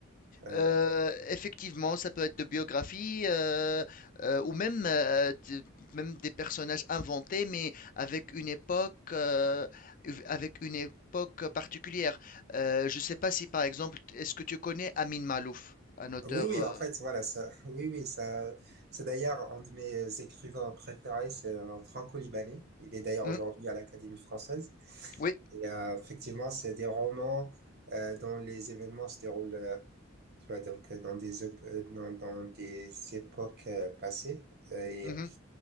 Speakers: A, on the right (about 50°); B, on the left (about 40°).
A: Euh,
B: Euh, effectivement, ça peut être de biographie euh, euh, ou même, euh, de- même des personnages inventés, mais avec une époque, euh, avec une époque particulière. Euh, je ne sais pas si, par exemple, est-ce que tu connais Amin Malouf, un auteur...
A: Oui, oui,
B: euh,
A: en fait, voilà, ça, <laughs> oui, oui, ça, c'est d'ailleurs un de mes écrivains préférés, c'est un franco-libanais. Il est d'ailleurs
B: hmm,
A: aujourd'hui à l'Académie française.
B: oui.
A: Et euh, effectivement, c'est des romans euh, dont les événements se déroulent, euh, tu vois, donc euh, dans des, op- euh, dans, dans des époques euh, passées. Euh, Et,
B: mhm.